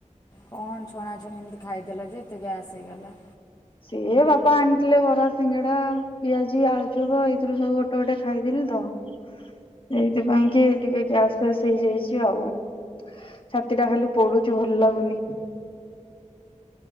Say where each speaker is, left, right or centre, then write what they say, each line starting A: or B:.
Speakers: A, on the left; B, on the left.
A: କଣ ଛଣାଛଣି ଏମିତି ଖାଇଦେଲ ଯେ ଏତେ ଗ୍ୟାସ୍ ହେଇଗଲା?
B: ସିଏ ବାପା ଆଣିଥିଲେ ବରା, ସିଙ୍ଗଡା, ପିଆଜି, ଆଳୁଚପ ଏଇଥିରୁ ସବୁ ଗୋଟେ ଗୋଟେ ଖାଇଦେଲି ତ। ସେଇଥିପାଇଁ କି ଟିକେ ଗ୍ୟାସ୍ ଫ୍ୟାସ୍ ହେଇଯାଇଛି ଆଉ। ଛାତି ଟା ଖାଲି ପଡୁଚି ଭଲ ଲାଗୁନି।